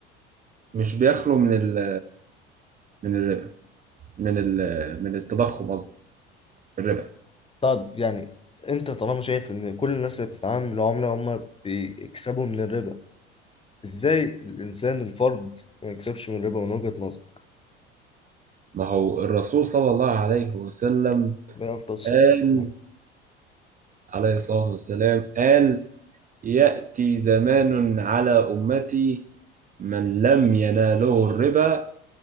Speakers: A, on the right; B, on the left.
A: مش بيخلو من ال من الربا من ال من التضخم قصدي الربا
B: طب يعني انت طالما شايف ان كل الناس اللي بتتعامل بالعملة هم بيكسبوا من الربا ازاي الانسان الفرد ما يكسبش من الربا من وجهة نظرك
A: ما هو الرسول صلى الله عليه وسلم
B: عليه افضل الصلاه
A: قال
B: والسلام.
A: عليه الصلاة والسلام قال يأتي زمان على أمتي من لم يناله الربا